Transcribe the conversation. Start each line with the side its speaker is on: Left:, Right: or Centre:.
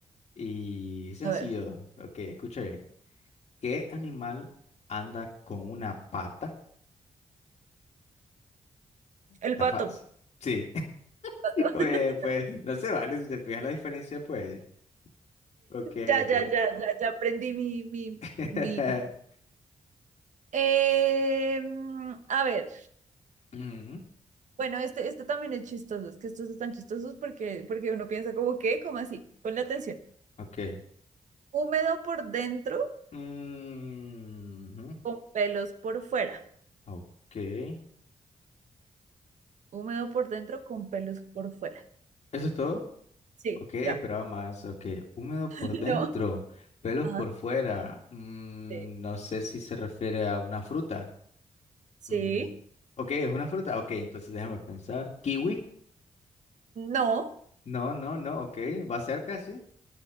Left: y sencillo.
Right: A ver,
Left: Ok, escucha bien. ¿Qué animal anda con una pata? Está
Right: el pato.
Left: fácil. Sí, <laughs>
Right: <laughs>
Left: oye, pues no se vale si te fijas la diferencia, pues. Ok,
Right: Ya,
Left: ok.
Right: ya, ya, ya, ya aprendí mi, mi,
Left: <laughs>
Right: mi. Eh, a ver,
Left: Ujú,
Right: bueno, este, este también es chistoso, es que estos están chistosos porque, porque uno piensa como, ¿qué? Como así, ponle atención.
Left: Ok.
Right: Húmedo por dentro,
Left: Mm,
Right: con pelos por fuera.
Left: Ok, eso
Right: Húmedo por dentro con pelos por fuera.
Left: es todo.
Right: Sí,
Left: Ok, esperaba
Right: ya.
Left: más. Ok, húmedo por
Right: <laughs>
Left: dentro,
Right: No.
Left: pelos
Right: Ajá.
Left: por fuera. Mm,
Right: Sí.
Left: no sé si se refiere a una fruta.
Right: Sí.
Left: Mm, ok, es una fruta. Ok, entonces déjame pensar. ¿Kiwi?
Right: No.
Left: No, no, no. Ok, va cerca, sí.